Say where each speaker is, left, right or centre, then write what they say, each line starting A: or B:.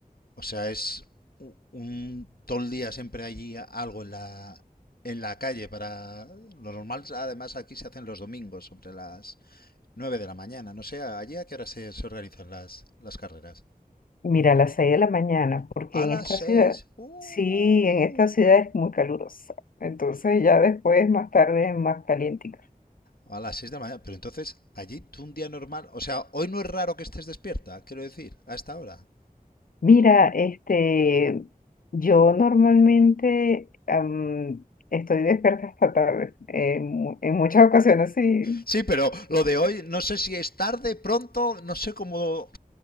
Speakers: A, on the left; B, on the left.
A: O sea, es un todo el día siempre allí algo en la en la calle para lo normal además aquí se hacen los domingos sobre las nueve de la mañana no sé allí a qué hora se, se organizan las, las carreras
B: Mira, a las 6 de la mañana, porque
A: a
B: en
A: las
B: esta
A: seis
B: ciudad,
A: ¡Uh! uh,
B: sí, en esta
A: uh.
B: ciudad es muy calurosa. Entonces ya después, más tarde, es más caliente.
A: a las seis de la mañana pero entonces allí tú un día normal o sea hoy no es raro que estés despierta quiero decir a esta hora
B: Mira, este, yo normalmente am, estoy despierta hasta tarde. En, mu- en muchas ocasiones, sí.
A: sí pero lo de hoy no sé si es tarde pronto no sé cómo